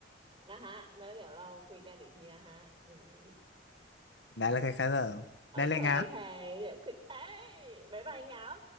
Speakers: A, on the right; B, on the left.
A: นะฮะแล้วเดี๋ยวเราคุยกันอีกทีนะฮะอืม
B: ได้แล้วครับผมได้เลยครับ
A: โอเคโอเคเดี๋ยวคุยเอ้ยบ๊ายบายงับ